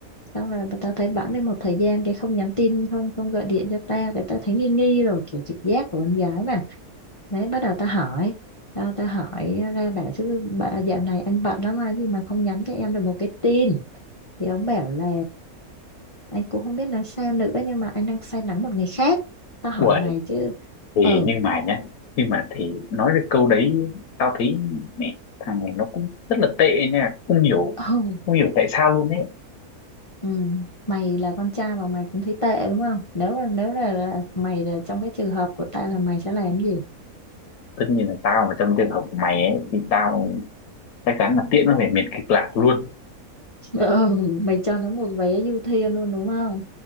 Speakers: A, on the left; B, on the left.
A: xong rồi tao thấy bẵng đi một thời gian cái không nhắn tin không không gọi điện cho tao cái tao thấy nghi nghi rồi kiểu trực giác của con gái mà đấy bắt đầu tao hỏi tao tao hỏi ra bảo chứ bà, dạo này anh bận lắm hay gì mà không nhắn cho em được một cái tin thì ông bảo là anh cũng không biết nói sao nữa nhưng mà anh đang say nắng một người khác tao hỏi
B: Uầy,
A: mày chứ
B: thì
A: ờ
B: nhưng mà nhá nhưng mà thì nói được câu đấy tao thấy mẹ thằng này nó cũng rất là tệ nha không hiểu
A: ừ,
B: không hiểu tại sao luôn ấy
A: ừ mày là con trai mà mày cũng thấy tệ đúng không nếu là nếu là, là mày là trong cái trường hợp của tao là mày sẽ làm gì
B: tất nhiên là tao mà trong trường hợp của mày ấy thì tao chắc chắn là tiễn nó về miền kịch lạc luôn
A: Ừ, mày cho nó một vé du thuyền luôn đúng không?